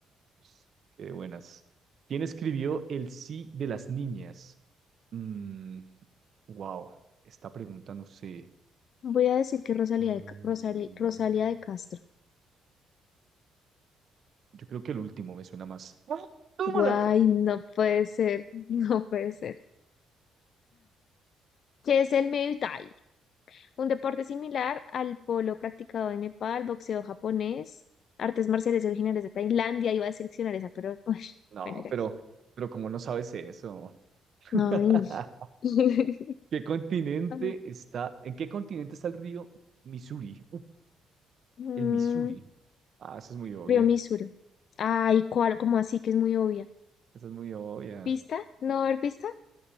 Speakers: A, on the right; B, on the left.
A: pues, qué buenas. ¿Quién escribió El sí de las niñas? Mm, Wow, esta pregunta no sé.
B: Voy a decir que Rosalía
A: Mm,
B: de, Ca- Rosari- Rosalía de Castro.
A: yo creo que el último me suena más. ¡Ah! ¡Tómala!
B: Guay, no puede ser, no puede ser. ¿Qué es el Muay Thai? Un deporte similar al polo practicado en Nepal, boxeo japonés, artes marciales originales de Tailandia. Iba a seleccionar esa, pero uy,
A: No,
B: bueno, ya.
A: pero, pero ¿cómo no sabes eso? <laughs>
B: No, ni- <laughs>
A: ¿Qué continente
B: A ver,
A: está? ¿En qué continente está el río Missouri? Uh,
B: mm,
A: el Missouri. Ah, esa es muy obvia.
B: Río Misuro. Ay, ¿cuál? ¿Cómo así? Que es muy obvia.
A: Esa es muy obvia.
B: ¿Pista? ¿No va a haber pista? <laughs>